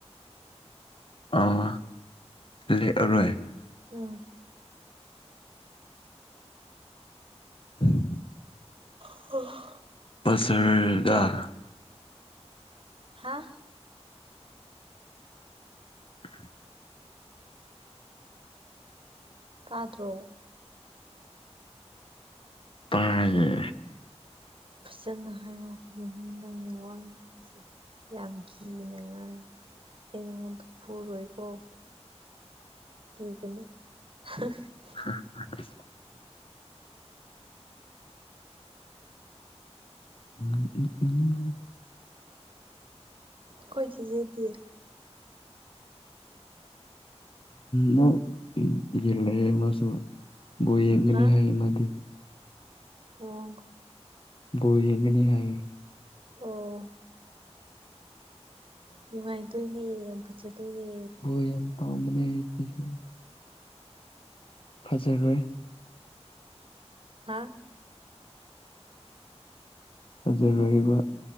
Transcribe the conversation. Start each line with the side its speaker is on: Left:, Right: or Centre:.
Left: ꯑꯥ ꯂꯦꯛꯑꯔꯣꯏ
Right: ꯎꯝ
Left: <unintelligible>
Right: <unintelligible>
Left: <unintelligible> ꯗ
Right: ꯍꯥ
Left: <inaudible>
Right: ꯇꯥꯗ꯭ꯔꯣ
Left: ꯇꯥꯏꯌꯦ
Right: ꯐꯖꯅ ꯍꯥꯏꯌꯣꯀꯣ <unintelligible> ꯅꯪꯅ ꯋꯥ ꯉꯥꯡꯉꯤꯁꯦ ꯌꯥꯝ ꯀꯤꯅ ꯉꯥꯡꯉꯤ ꯑꯩ ꯅꯉꯣꯟꯗ ꯐꯨꯔꯣꯏꯀꯣ ꯀꯤꯒꯅꯨ <unintelligible>
Left: <unintelligible> <unintelligible>
Right: ꯑꯈꯣꯏ ꯆꯦꯖꯦꯗꯤ <inaudible>
Left: ꯅꯝ <unintelligible> ꯌꯦꯡꯒꯅꯤ
Right: ꯍꯥ
Left: ꯍꯥꯏꯌꯦ ꯃꯥꯗꯤ
Right: ꯑꯣ
Left: ꯕꯣꯜ ꯌꯦꯡꯒꯅꯤ ꯍꯥꯏꯌꯦ
Right: ꯑꯣ ꯅꯨꯡꯉꯥꯏꯗꯣꯏꯅꯦ ꯌꯥꯝ ꯐꯖꯗꯣꯏꯅꯦ
Left: ꯕꯣꯜ ꯌꯥꯝ ꯄꯥꯝꯕꯅꯦ <unintelligible> ꯐꯖꯔꯣꯏ
Right: ꯍꯥꯥ
Left: ꯐꯖꯔꯣꯏꯕ